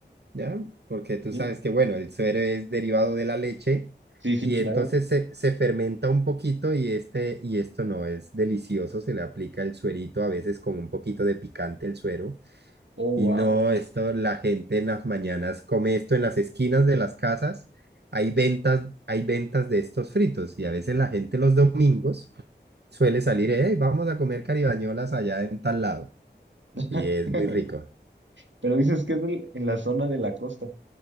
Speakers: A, on the right; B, on the right.
A: ¿ya? Porque tú
B: Sí,
A: sabes que, bueno, el suero es derivado de la leche
B: sí, sí,
A: y
B: claro.
A: entonces se, se fermenta un poquito y, este, y esto no es delicioso, se le aplica el suerito a veces con un poquito de picante el suero
B: Oh,
A: y
B: wow.
A: no, esto la gente en las mañanas come esto en las esquinas de las casas. Hay ventas, hay ventas de estos fritos y a veces la gente los domingos suele salir, hey, vamos a comer caribañolas allá en tal lado
B: <laughs>
A: y es muy rico.
B: Pero dices que es del- en la zona de la costa.